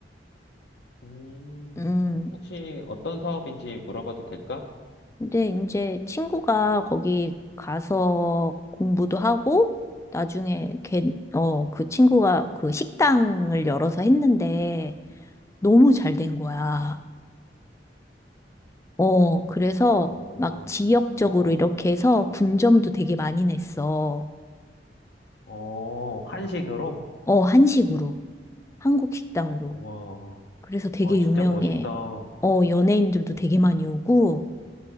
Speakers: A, on the left; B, on the left.
A: 음,
B: 음.
A: 혹시 어떤 사업인지 물어봐도 될까?
B: 근데 이제 친구가 거기 가서 공부도 하고, 나중에 걔, 어, 그 친구가 그 식당을 열어서 했는데, 너무 잘 된 거야. 어, 그래서
A: 어,
B: 막
A: 어,
B: 지역적으로
A: 어,
B: 이렇게 해서 분점도 되게 많이 냈어.
A: 어, 한식으로?
B: 어, 한식으로. 한국 식당으로.
A: 와,
B: 그래서 되게
A: 와, 진짜
B: 유명해.
A: 멋있다.
B: 어, 연예인들도 되게 많이 오고,